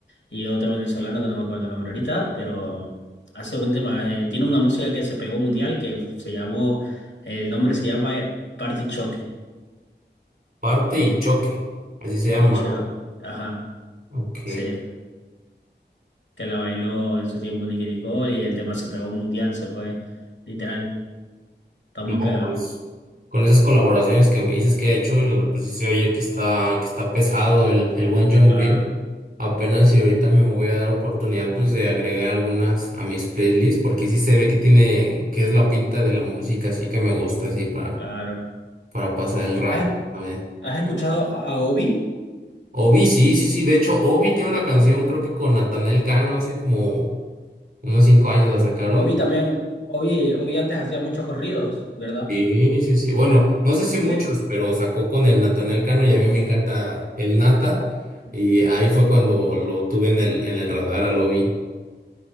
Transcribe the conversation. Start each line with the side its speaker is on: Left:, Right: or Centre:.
Left: y otro venezolano que no me acuerdo el nombre ahorita, pero hace buen tema. Eh, tiene una música que se pegó mundial que se llamó, el nombre se llama eh, Party Choque.
Right: Parte y choque, así se llama.
Left: Y cho-
Right: ¿no?
Left: ajá.
Right: Ok,
Left: Sí, que la bailó en su tiempo Nicky Nicole y el tema se pegó mundial, se fue literal, está muy
Right: no,
Left: pegado.
Right: pues con esas colaboraciones que me dices que ha hecho, la- pues sí se oye que está, que está pesado el, el buen John
Left: Claro,
Right: Briel. Apenas y ahorita me voy a dar oportunidad pues de agregar algunas a mis playlists, porque sí se ve que tiene, que es la pinta de la música, así que me gusta así para,
Left: claro.
Right: para pasar el rato.
Left: ¿Has,
Right: A ver.
Left: has escuchado a Obi?
Right: Obi, sí, sí, sí, de hecho Obi tiene una canción creo que con Natanael Cano hace como unos cinco años la sacaron.
Left: Obi también, Obi, Obi antes hacía muchos corridos, ¿verdad?
Right: Sí, sí, sí. Bueno, no sé si
Left: Sí.
Right: muchos, pero sacó con el Natanael Cano y a mí me encanta el Nata. Y ahí fue cuando lo tuve en el, en el radar a Lobby.